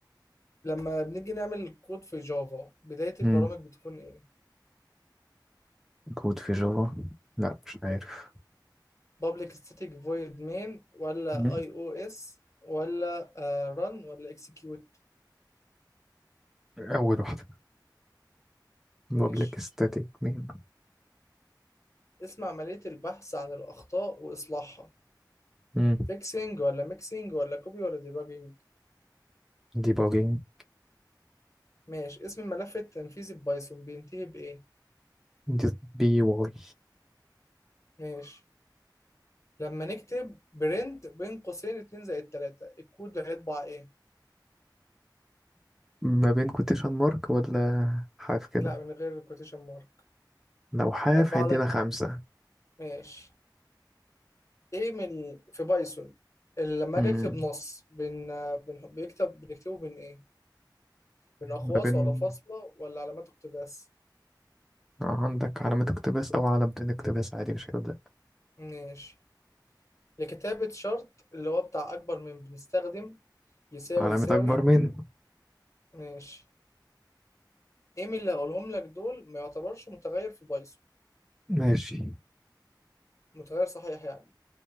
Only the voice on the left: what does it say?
لما بنيجي نعمل كود في جافا بداية
البرامج بتكون ايه
public static void main ولا
اي او اس ولا آه run ولا execute
ماشي
اسم عملية البحث عن الأخطاء وإصلاحها
fixing ولا mixing ولا copy ولا debugging
ماشي اسم الملف التنفيذي ببايثون بينتهي بإيه
ماشي لما نكتب print بين قوسين 2 زائد 3 الكود هيطبع ايه
لا من غير الكوتيشن مارك
هيطبع
لك
ماشي ايه من في بايثون اللي لما
اجي اكتب نص بن بن بيكتب بنكتبه بين ايه بين اقواس
ولا فاصلة ولا علامات اقتباس
ماشي لكتابة شرط اللي هو بتاع اكبر من بنستخدم يساوي
يساوي
ماشي ايه من اللي هقولهم لك دول ما يعتبرش متغير في بايثون
متغير صحيح يعني